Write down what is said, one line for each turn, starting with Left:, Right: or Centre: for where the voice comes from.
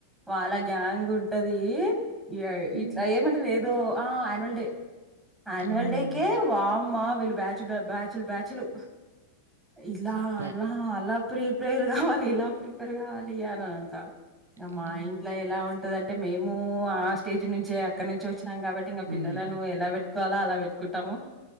Centre: వాళ్ళ గ్యాంగ్ ఉంటది ఇగ
Right: మ్మ్.
Centre: ఇట్లా ఏమంటారు ఏదో ఆ యాన్యువల్ డే ఆన్యువల్
Right: అవునవును
Centre: డేకే వామ్మా వీళ్ళు బ్యాచ్ బ్యాచుల బ్యాచ్లు ఇలా
Right: సూపర్
Centre: అలా అలా ప్రిపేర్ కావాలి ఇలా ప్రిపేర్ కావాలి అని అంట ఇంక మా
Right: అంటే
Centre: ఇంట్లో ఎలా ఉంటదింటే మేము ఆ స్టేజ్ నుం అక్కడ నుంచి వచ్చినాం కాబట్టి ఇంకా పిల్లలను
Right: అవును
Centre: ఎలా పెట్టుకోవాలో అలా పెట్టుకుంటాము